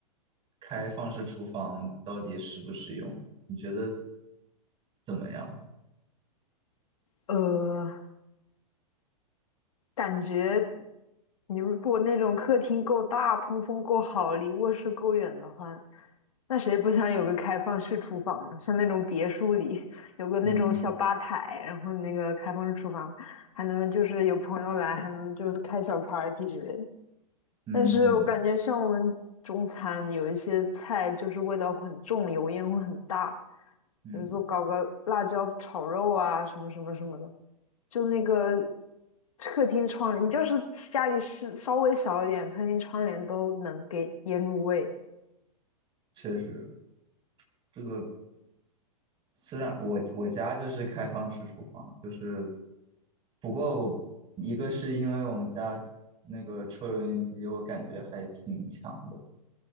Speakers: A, on the right; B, on the left.
A: 开放式厨房到底实不实用？你觉得怎么样？
B: 呃，感觉你如果那种客厅够大、通风够好、离卧室够远的话，那谁不想有个开放式厨房呢？像那种别墅里 <laughs> 有个那种小吧台，
A: 嗯
B: 然后那个开放式厨房，还能就是有朋友来，还能就是开小 party 之类的。
A: 嗯
B: 但是我感觉像我们中餐有一些菜就是味道很重，油烟会很大，
A: 嗯，
B: 比如说搞个辣椒炒肉啊，什么什么什么的。就那个客厅窗帘，你就是家里是稍微小一点，客厅窗帘都能给腌入味。
A: 确实，这个虽然我我家就是开放式厨房，就是不过我一个是因为我们家那个抽油烟机，我感觉还挺强的。